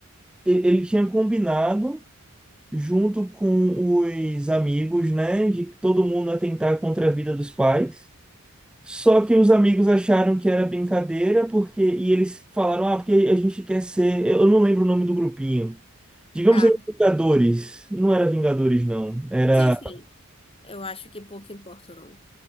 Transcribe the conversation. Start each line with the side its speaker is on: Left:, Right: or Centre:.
Centre: e- ele tinha combinado, junto com os amigos, né, de que todo mundo atentar contra a vida dos pais. Só que os amigos acharam que era brincadeira, porque e eles falaram, ah, porque a gente quer ser. Eu não lembro o nome do grupinho. Digamos
Left: Tá.
Centre: aí,
Left: Mas,
Centre: Vingadores. Não era Vingadores, não. Era.
Left: Enfim, eu acho que pouco importa o nome.